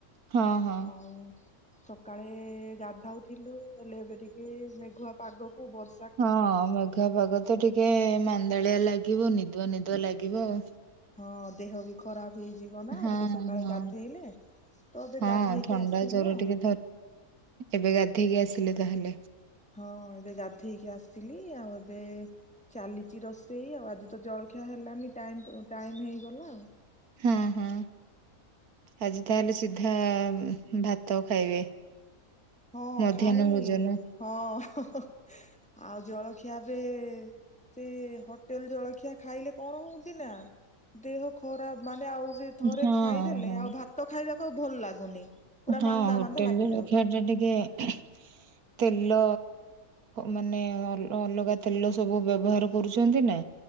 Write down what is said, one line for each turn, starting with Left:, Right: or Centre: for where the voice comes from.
Right: ହଁ ହଁ।
Centre: ହଉ। ସକାଳେ ଗାଧାଉଥିଲୁ ହେଲେ ଏବେ ଟିକେ ମେଘୁଆ ପାଗକୁ ବର୍ଷା
Right: ହଁ ମେଘୁଆ ପାଗ ତ ଟିକେ, ମାନ୍ଦାଳିଆ ଲାଗିବ। ନିଦୁଆ ନିଦୁଆ ଲାଗିବ ଆଉ।
Centre: ହଁ ଦେହ ବି ଖରାପ ହେଇଯିବ ନା
Right: ହଁ
Centre: ଟିକେ ସକାଳେ
Right: ହଁ
Centre: ଗାଧେଇଲେ, ତ ଏବେ
Right: ହଁ
Centre: ଗାଧେଇକି
Right: ଥଣ୍ଡା
Centre: ଆସିଲୁ
Right: ଜର
Centre: ଆଉ।
Right: ଟିକେ ଏବେ ଗାଧେଇକି ଆସିଲେ ତାହେଲେ?
Centre: ହଁ ଏବେ ଗାଧେଇକି ଆସିଲି। ଆଉ ଏବେ ଚାଲିଛି ରୋଷେଇ ଆଉ। ଆଜି ତ ଜଳଖିଆ ହେଲାନି ଟାଇ ଟାଇମ ହେଇଗଲା ଆଉ।
Right: ହଁ ହଁ ଆଜି ତାହେଲେ ସିଧା ଭାତ ଖାଇବେ?
Centre: ହଁ
Right: ମଧ୍ୟାହ୍ନ
Centre: ଖାଇନି।
Right: ଭୋଜନ
Centre: ହଁ ହଁ ହଁ ଆଉ ଜଳଖିଆ <unintelligible> ସେ ହୋଟେଲ ଜଳଖିଆ ଖାଇଲେ କଣ ହଉଛି ନା ଦେହ ଖରାପ, ମାନେ ଆଉ ସେ ଥରେ
Right: ହଁ
Centre: ଖାଇଦେଲେ
Right: ହଁ
Centre: ଆଉ ଭାତ ଖାଇବାକୁ ଆଉ ଭଲ ଲାଗୁନି। ପୁରା
Right: ହଁ
Centre: ମାନ୍ଦା
Right: ହୋଟେଲରେ
Centre: ମାନ୍ଦା ଲାଗି ଯାଉଛି
Right: <unintelligible> ଟା ଟିକେ ତେଲ ମାନେ ଅଲଗା ତେଲ ସବୁ ବ୍ୟବହାର କରୁଛନ୍ତି ନା